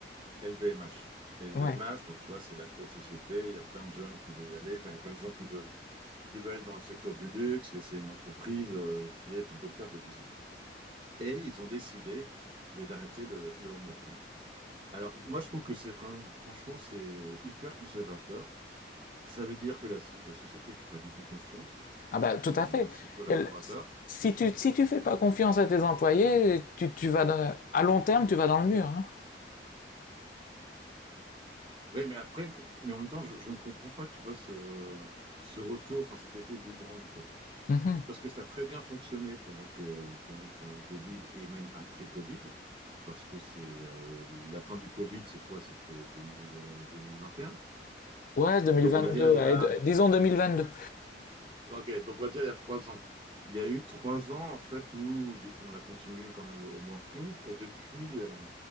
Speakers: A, on the right; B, on the left.
A: LVMH. Les LVMH,
B: Ouais.
A: donc tu vois, c'est la grosse société, il y a plein de jeunes qui veulent y aller, enfin, il y a plein de gens qui veulent qui veulent dans le secteur du luxe, et c'est une entreprise euh, qui est une bonne carte de visite. Et ils ont décidé mais d'arrêter le, le home working. Alors, moi, je trouve que c'est fran- franchement, c'est hyper conservateur. Ça veut dire que la, so- la société ne fait pas du tout confiance
B: Ah bah, tout
A: en,
B: à fait.
A: en ses collaborateurs.
B: Et le- Si tu, si tu fais pas confiance à tes employés, tu, tu vas dans- à long terme, tu vas dans le mur, hein.
A: Oui, mais après, mais, mais en même temps, je, je ne comprends pas, tu vois, ce, ce retour, enfin cet effet boomerang, quoi.
B: Mhm.
A: Parce que ça a très bien fonctionné pendant que, pendant, pendant le Covid et même après Covid. parce que c'est euh, la fin du Covid, c'est quoi? C'était 2000, euh, 2021.
B: Ouais, 2022,
A: Donc on va dire il
B: ouais,
A: y a,
B: d- disons 2022.
A: ok, donc on va dire il y a trois ans. Il y a eu trois ans en fait où y- on a continué quand même le homeworking et depuis, euh,